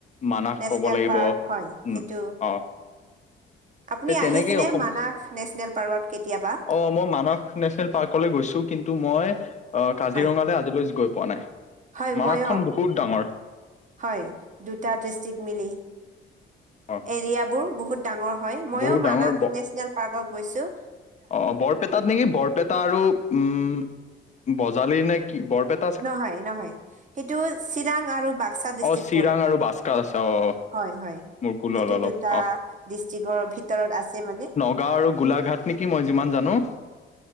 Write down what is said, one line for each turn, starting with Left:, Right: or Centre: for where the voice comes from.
Left: মানাস
Right: নেচনেল
Left: ক'ব লাগিব
Right: পাৰ্ক হয়,
Left: উম
Right: সেইটো।
Left: অ
Right: আপুনি
Left: তে তেনেকেই
Right: আহিছেনে
Left: অসম
Right: মানাস নেচনেল পাৰ্কত কেতিয়াবা?
Left: অ মই মানস নেচনেল পাৰ্কলৈ গৈছোঁ, কিন্তু মই কাজিৰঙালৈ
Right: হয়
Left: আজিলৈ গৈ পোৱা নাই।
Right: হয়
Left: মানসখন
Right: মইয়ো,
Left: বহুত ডাঙৰ
Right: হয় দুটা ডিষ্ট্ৰিক মিলি।
Left: অ
Right: এৰিয়াবোৰ বহুত ডাঙৰ হয়। ময়ো
Left: বহুত ডাঙৰ
Right: মানাস
Left: ব
Right: নেচনেল পাৰ্কত গৈছোঁ।
Left: অ' বৰপেটাত নেকি, বৰপেটা আৰু উম বজালি নে কি বৰপেট,
Right: নহয়, নহয়, সেইটো চিৰাং আৰু বাক্সা ডিষ্ট্ৰিক্ট
Left: অ চিৰাং
Right: পৰে।
Left: আৰু বাস্কাৰ আছে অ অ
Right: হয়, হয়।
Left: মোৰ ভুল
Right: সেইটো
Left: হ'ল অলপ
Right: দুটা
Left: অ
Right: ডিষ্ট্ৰিকৰ ভিতৰত আছে মানে।
Left: গাঁও আৰু গোলাঘাট নেকি, মই যিমান জানোঁ।